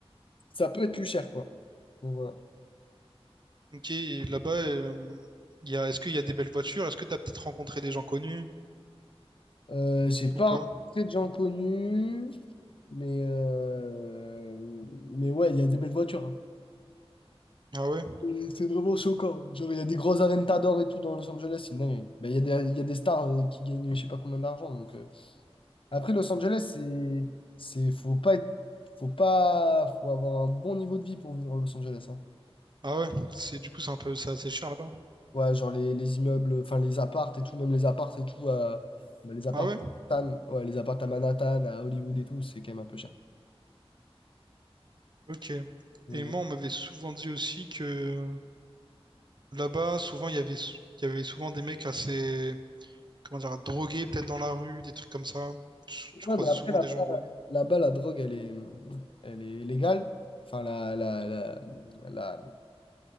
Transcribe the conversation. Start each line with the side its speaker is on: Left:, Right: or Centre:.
Left: ça peut être plus cher, quoi. Donc, voilà.
Right: ok, et là-bas, euh, il y a, est-ce qu'il y a des belles voitures? Est-ce que t'as peut-être rencontré des gens connus
Left: Euh, j'ai pas
Right: ou pas?
Left: rencontré de gens connus, mais, euh, mais ouais, il y a des belles voitures. hein.
Right: Ah ouais,
Left: Et C'est vraiment choquant. Genre, il y a des gros Aventador et tout dans Los Angeles, c'est une dinguerie. Ben, il y a des, il y a des stars euh, qui gagnent je sais pas combien d'argent. Donc, euh. Après, Los Angeles, c'est, c'est, faut pas être, faut pas, faut avoir un bon niveau de vie pour vivre à Los Angeles. hein.
Right: ah ouais, c'est du coup c'est un peu c'est assez cher là-bas.
Left: Ouais, genre les, les immeubles, enfin les appartes et tout, même les appartes et tout, à, bah, les appartes
Right: Ah ouais,
Left: à Manhattan, ouais, les appartes à Manhattan, à Hollywood et tout, c'est quand même un peu cher.
Right: ok.
Left: Donc,
Right: Et moi, on m'avait souvent dit aussi que là-bas, souvent il y avait il y avait souvent des mecs assez comment dire drogués peut-être dans la rue, des trucs comme ça. Tu, tu
Left: voilà.
Right: croisais
Left: ouais, mais après,
Right: souvent
Left: là-bas,
Right: des gens drogués.
Left: là-bas, la drogue, elle est, elle est légale. Enfin, la, la, la, la,